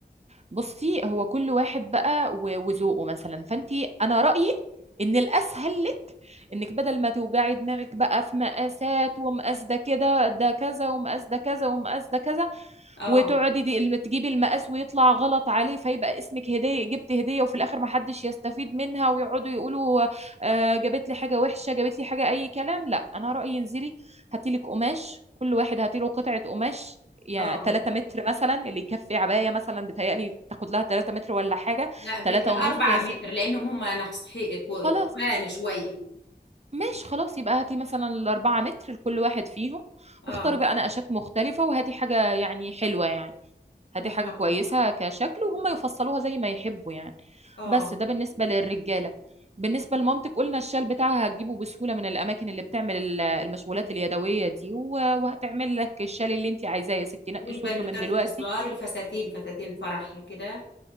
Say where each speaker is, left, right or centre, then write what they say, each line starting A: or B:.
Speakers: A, on the right (about 40°); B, on the left (about 80°).
A: بصي هو كل واحد بقى و- وذوقه مثلا فانتي انا رأيي ان الاسهل لك انك بدل ما توجعي دماغك بقى في مقاسات ومقاس ده كده ده كذا ومقاس ده كذا ومقاس ده كذا
B: اه
A: وتقعدي دي الم- تجيبي المقاس ويطلع غلط عليه فيبقى اسمك هدية جبت هدية وفي الاخر محدش يستفيد منها ويقعدوا يقولوا آه جابت لي حاجة وحشة جابت لي حاجة اي كلام لا انا رأيي انزلي هاتيلك قماش كل واحد هاتيله قطعة قماش يعني
B: اه
A: 3 متر مثلا اللي يكفي عباية مثلا بتهيألي تاخد لها 3 متر ولا حاجة
B: لا بت...
A: 3
B: أربعة
A: ونص يا
B: متر
A: س...
B: لأنهم هم نحص- حي-
A: خلاص
B: تخان شوية
A: ماشي خلاص يبقى هاتي مثلا الأربعة متر لكل واحد فيهم
B: اه
A: واختاري بقى نقشات مختلفة وهاتي حاجة يعني حلوة يعني هاتي
B: إن
A: حاجة
B: شاء
A: كويسة
B: الله
A: كشكل وهم يفصلوها زي ما يحبوا يعني
B: اه
A: بس ده بالنسبة للرجالة بالنسبة لمامتك قلنا الشال بتاعها هتجيبه بسهولة من الأماكن اللي بتعمل ال- المشغولات اليدوية دي و- وهتعمل لك الشال اللي انت عايزاه يا ستي نقي
B: والبنوتات
A: صورته من دلوقتي
B: الصغار الفساتين فساتين فرح كده